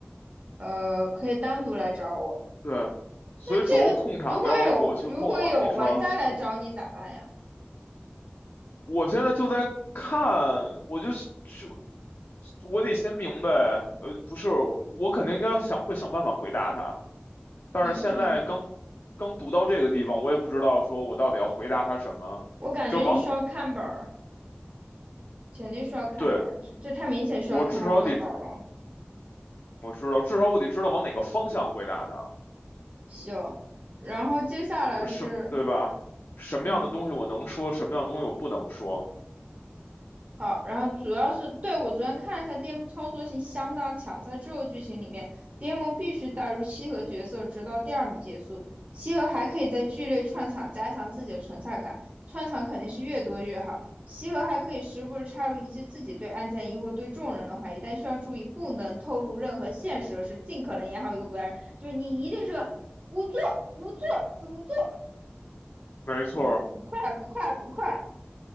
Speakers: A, on the right (about 40°); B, on the left (about 65°).
A: 呃，可以单独来找我。
B: 对，所以主要控场都要是我去控了。
A: 这个如果有如果有玩家来找你咋办呀？
B: 你说，我现在就在看，我就就我得先明白，呃，不是，我肯定应该想会想办法回答他，但是现在刚刚读到这个地方，
A: 嗯，就你
B: 我也不知道说我到底要回答他什么，
A: 我感觉你需要看本儿，
B: 就是往，
A: 肯定需要看本儿，
B: 对，
A: 这这太明显需要看他们的本儿了。
B: 我至少得，我知道，至少我得知道往哪个方向回答他。
A: 行，然后接下来是
B: 什对吧？什么样的东西我能说，
A: 嗯，
B: 什么样的东西我不能说？
A: 好，然后主要是，对，我昨天看了一下，DM 操作性相当强，在之后剧情里面，DM 必须带入西河角色，直到第二幕结束。西河还可以在剧内串场，加强自己的存在感，串场肯定是越多越好。西河还可以时不时插入一句自己对案件疑惑、对众人的怀疑，但需要注意，不能透露任何线索，是尽可能演好一个古代人，就是你一定是个无作，无作，无作，
B: 没错儿，
A: <laughs> 不不快，不快，不快。